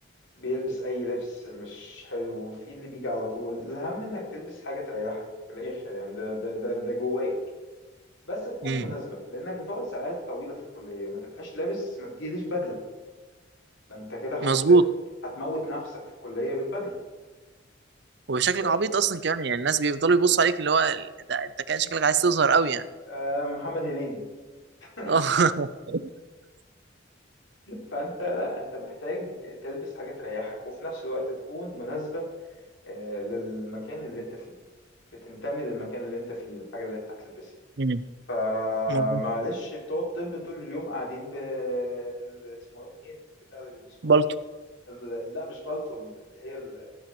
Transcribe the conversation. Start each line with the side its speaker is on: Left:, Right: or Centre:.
Left: بيلبس اي لبس مش حلو في اللي بيجي على طول الاهم انك تلبس حاجة تريحك في الاخر يعني ده ده ده, ده جواك بس تكون
Right: مم.
Left: مناسبة لأنك بتقعد ساعات طويلة في الكلية ما تبقاش لابس ما تجيليش بدلة ما أنت كده هت...
Right: مظبوط
Left: هتموت نفسك في الكلية بالبدلة
Right: وشكلك
Left: لكن
Right: عبيط اصلا كمان يعني الناس بيفضلوا يبصوا عليك اللي هو ده انت كان شكلك عايز تظهر قوي يعني
Left: آه محمد هنيدي <laughs>
Right: اه <laughs>
Left: فأنت لا أنت محتاج تلبس حاجة تريحك وفي نفس الوقت تكون مناسبة آه للمكان اللي أنت فيه بتنتمي للمكان اللي أنت فيه الحاجة اللي أنت هتلبسها
Right: مم.
Left: فمعلش
Right: مظبوط
Left: بتوع الطب طول اليوم قاعدين ب... بال... اسمه إيه إيه البتاع اللي بيلبسوها
Right: بالطو
Left: دي؟ ال- لا مش بالطو اللي هي ال-